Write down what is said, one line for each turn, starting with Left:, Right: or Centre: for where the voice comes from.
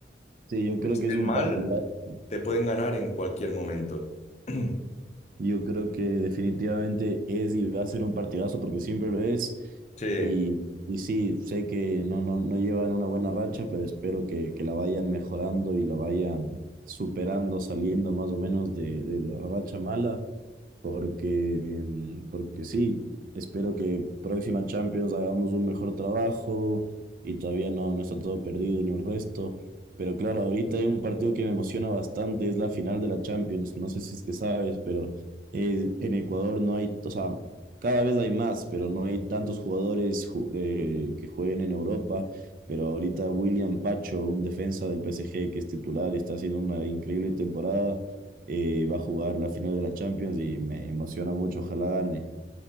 Right: Sí, yo
Left: Aunque
Right: creo
Left: estén
Right: que es un
Left: mal,
Right: partidazo.
Left: te pueden ganar en cualquier momento. <clears throat>
Right: Yo creo que definitivamente es y va a ser un partidazo porque siempre lo es.
Left: Sí.
Right: Y, y sí, sé que no, no, no llevan una buena racha, pero espero que, que la vayan mejorando y la vayan superando, saliendo más o menos de, de la racha mala porque, mm, porque sí, espero que próxima Champions hagamos un mejor trabajo y todavía no, no está todo perdido en el resto. Pero claro, ahorita hay un partido que me emociona bastante, es la final de la Champions. No sé si es que sabes, pero eh, en Ecuador no hay, o sea, cada vez hay más, pero no hay tantos jugadores ju- eh, que jueguen en Europa. Pero ahorita William Pacho, un defensa del PSG que es titular, está haciendo una increíble temporada eh, va a jugar la final de la Champions y me emociona mucho, ojalá gane.